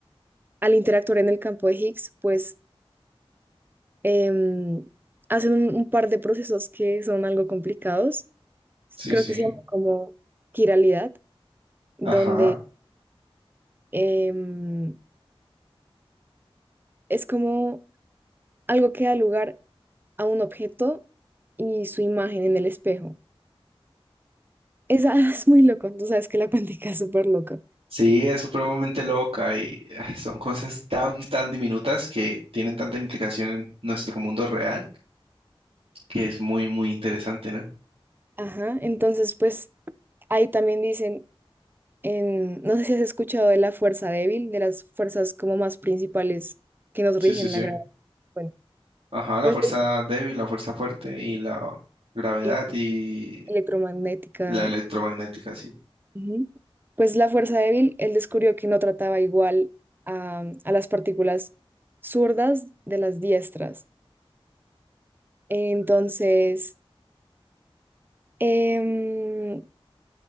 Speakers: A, on the right; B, on the right.
A: al interactuar en el campo de Higgs, pues em, hacen un, un par de procesos que son algo complicados.
B: Sí,
A: Creo
B: sí.
A: que se llama como quiralidad, donde
B: Ajá.
A: em, es como algo que da lugar a un objeto y su imagen en el espejo. Esa <laughs> es muy loco, tú sabes que la cuántica es súper loca.
B: Sí, es supremamente loca y <laughs> eh, son cosas tan, tan diminutas que tienen tanta implicación en nuestro mundo real que es muy, muy interesante, ¿no?
A: Ajá, entonces pues ahí también dicen, en, no sé si has escuchado de la fuerza débil, de las fuerzas como más principales que nos
B: Sí,
A: rigen
B: sí, sí.
A: la gravedad. Bueno,
B: Ajá, la
A: pues
B: fuerza débil, la fuerza fuerte y la gravedad
A: y
B: y
A: electromagnética.
B: la electromagnética, sí.
A: Ujú. Pues la fuerza débil, él descubrió que no trataba igual a, a las partículas zurdas de las diestras. Entonces, em,